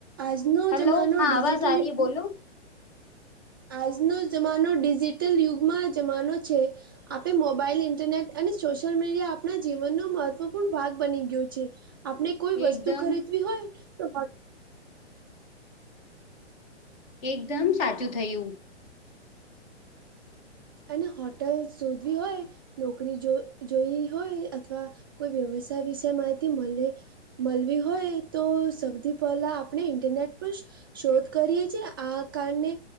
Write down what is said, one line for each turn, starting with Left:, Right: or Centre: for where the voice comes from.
Right: આજનો
Left: હલો
Right: જમાનો
Left: હા
Right: ડિજિટલ
Left: આવાજ આ રહી હે બોલો.
Right: આજનો જમાનો ડિજિટલ યુગમાં જમાનો છે. આપે મોબાઈલ ઇન્ટરનેટ અને સોશિયલ મીડિયા આપણા જીવનનો મહત્વપૂર્ણ ભાગ બની ગયો છે. આપને કોઈ વસ્તુ
Left: એકદમ
Right: ખરીદવી હોય તો.
Left: એકદમ સાચું થયું.
Right: એને હોટલ શોધવી હોય. નોકરી જો જોઈ હોય અથવા કોઈ વ્યવસાય વિશે માહિતી મલે. મલવી હોય તો સૌથી પહેલા આપણે ઇન્ટરનેટ પર શોધ કરીએ છે આ કારણે